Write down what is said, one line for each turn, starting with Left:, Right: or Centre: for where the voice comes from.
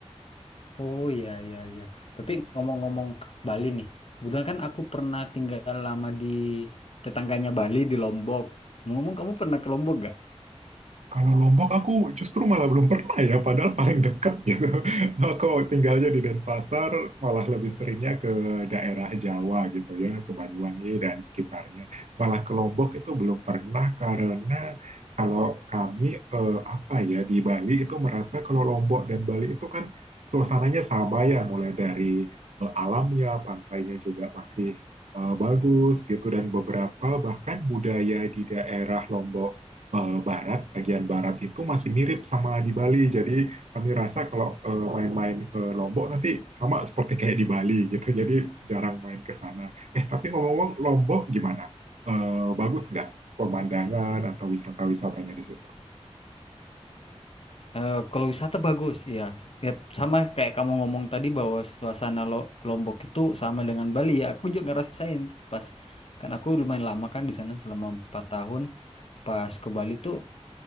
Left: Oh iya iya iya tapi ngomong-ngomong Bali nih kebetulan kan aku pernah tinggal lama di tetangganya Bali di Lombok ngomong kamu pernah ke Lombok
Right: Kalau Lombok aku justru malah belum pernah ya, padahal paling dekat gitu. <laughs> Aku tinggalnya di Denpasar, malah lebih seringnya ke daerah Jawa gitu ya, ke Banyuwangi dan sekitarnya. Malah ke Lombok itu belum pernah karena kalau kami eh, apa ya di Bali itu merasa kalau Lombok dan Bali itu kan suasananya sama ya, mulai dari eh, alamnya, pantainya juga masih eh, bagus gitu dan beberapa bahkan budaya di daerah Lombok eh, barat, bagian barat itu masih mirip sama di Bali. Jadi kami rasa kalau eh, main-main ke Lombok nanti sama seperti <laughs> kayak di Bali gitu. Jadi jarang main ke sana. Eh, tapi ngomong-ngomong Lombok gimana? Eh, bagus nggak pemandangan atau wisata-wisatanya di situ?
Left: Eh, kalau wisata bagus, ya. Ya sama kayak kamu ngomong tadi bahwa suasana Lo- Lombok itu sama dengan Bali ya. Aku juga ngerasain pas kan aku lumayan lama kan di sana selama empat tahun. Pas ke Bali tuh